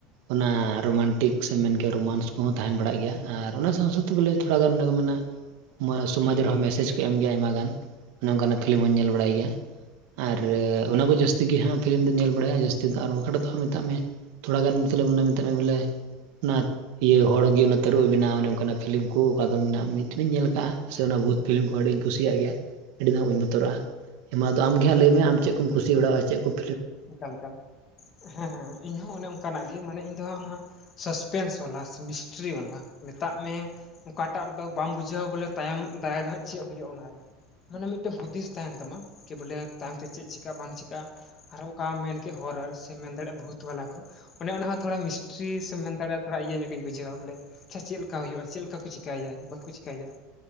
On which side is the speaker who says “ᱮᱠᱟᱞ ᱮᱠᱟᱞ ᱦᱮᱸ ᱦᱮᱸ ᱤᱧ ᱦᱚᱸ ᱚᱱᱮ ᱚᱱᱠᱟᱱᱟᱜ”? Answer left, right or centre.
Left